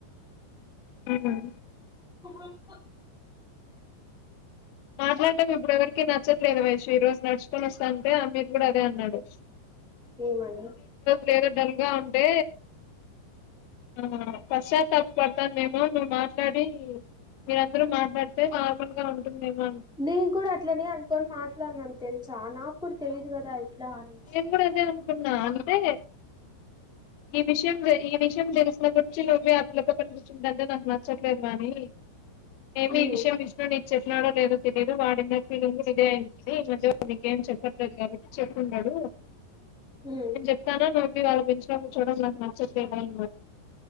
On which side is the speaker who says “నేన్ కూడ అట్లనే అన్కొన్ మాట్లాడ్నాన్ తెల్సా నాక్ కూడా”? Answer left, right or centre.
Centre